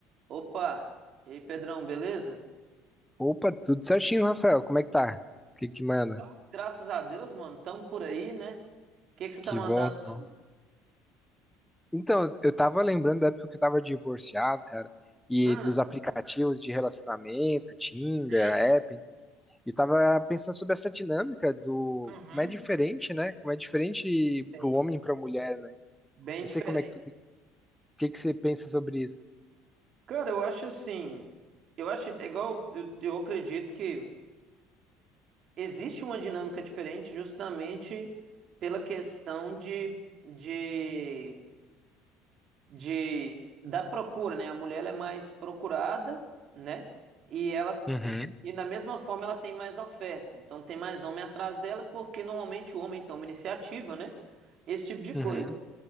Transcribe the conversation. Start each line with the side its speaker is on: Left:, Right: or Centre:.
Right: Opa! E aí, Pedrão, beleza?
Centre: Opa, tudo certinho, Rafael. Como é que tá? O que que manda?
Right: Paz, Graças a Deus, mano, tamo por aí, né? O que que você tá
Centre: Que
Right: mandando?
Centre: bom, que
Right: hoje?
Centre: bom. Então, eu tava lembrando da época que eu tava divorciado, cara, e
Right: Hum,
Centre: dos aplicativos de relacionamento, Tinder,
Right: sim.
Centre: App, e tava pensando sobre essa dinâmica do
Right: Uhum,
Centre: como é diferente, né? Como é diferente
Right: sim.
Centre: pro homem e pra mulher, né?
Right: Bem
Centre: Não
Right: diferente.
Centre: sei como é que tu, o que que você pensa sobre isso.
Right: Cara, eu acho assim, eu acho é igual, eu, eu acredito que existe uma dinâmica diferente justamente pela questão de, de de da procura, né? A mulher ela é mais procurada, né? E ela
Centre: Uhum,
Right: e da mesma forma ela tem mais oferta. Então tem mais homem atrás dela porque normalmente o homem toma iniciativa, né? Esse tipo de coisa.
Centre: uhum,